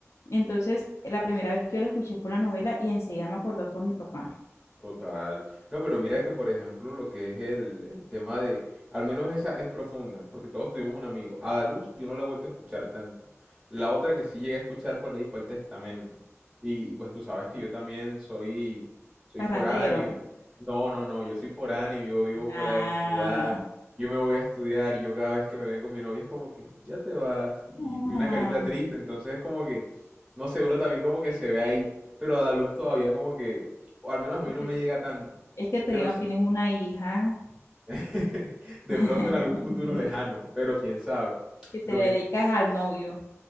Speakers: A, on the left (about 70°); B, in the centre.
A: Entonces, la primera vez que yo la escuché fue la novela y enseguida me acordó fue a mi papá.
B: Total. No, pero mira que, por ejemplo, lo que es el, el tema de, al menos esa es profunda, porque todos tuvimos un amigo. Adaluz yo no la he vuelto a escuchar tanto. La otra que sí llegué a escuchar por ahí fue el Testamento. Y, y pues tú sabes que yo también soy, soy
A: Parrandero.
B: foráneo. No, no, no, yo soy foráneo, yo vivo fuera
A: Ah.
B: de mi ciudad, yo me voy a estudiar y yo cada vez que me vengo mi novia es como que, ya te vas, y
A: Ah.
B: tiene una carita triste, entonces es como que, no sé, uno también como que se ve ahí, pero Adaluz todavía como que o al menos a mí
A: ¿por
B: no
A: qué
B: me llega tanto.
A: Es que todavía
B: Pero sí,
A: no tienes una hija
B: <laughs> de
A: <laughs>
B: pronto en algún futuro lejano, pero quién sabe.
A: que se
B: Lo
A: le
B: que,
A: dedicas al novio.